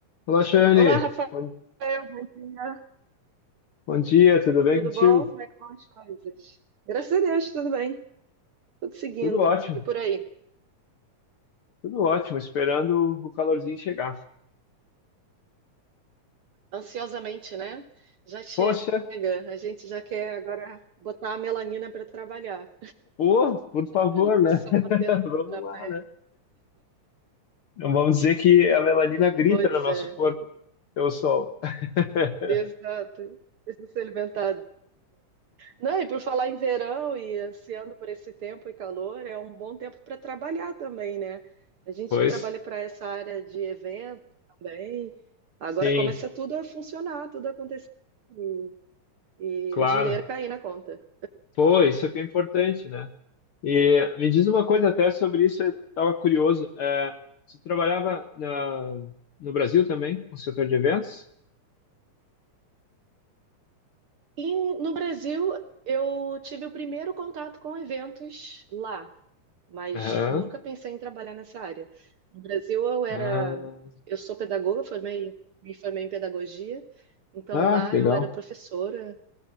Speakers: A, on the left; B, on the right.
A: Olá, Shane.
B: Olá, Rafael,
A: Bom,
B: bom dia.
A: bom dia, tudo bem
B: Tudo
A: contigo?
B: bom? Como é que vão as coisas? Graças a Deus, tudo bem. Tudo seguindo.
A: Tudo ótimo,
B: E por aí?
A: tudo ótimo, esperando o calorzinho chegar.
B: Ansiosamente, né? Já chega.
A: Poxa,
B: A gente já quer agora botar a melanina para trabalhar.
A: pô, por favor,
B: <laughs>
A: né?
B: O sol
A: <laughs>
B: batendo
A: Vamos
B: na
A: lá,
B: pele.
A: né? Não vamos dizer que a melanina grita
B: Pois
A: no nosso
B: é.
A: corpo, pelo sol. <laughs>
B: Exato. Precisa se alimentar Não, e por falar em verão e ansiando por esse tempo e calor, é um bom tempo para trabalhar também, né? A gente
A: Pois,
B: que trabalha para essa área de eventos também, agora
A: sim,
B: começa tudo a funcionar, tudo a acontecer e, e
A: claro.
B: o dinheiro cair na conta.
A: Pô, isso é que é importante, né? E me diz uma coisa até sobre isso, eu estava curioso. É, você trabalhava na, no Brasil também, no setor de eventos?
B: E no Brasil, eu tive o primeiro contato com eventos lá, mas
A: Aham.
B: nunca pensei em trabalhar nessa área. No Brasil, eu era,
A: Ah,
B: eu sou pedagoga, formei, me formei em pedagogia, então
A: ah,
B: lá
A: que legal.
B: eu era professora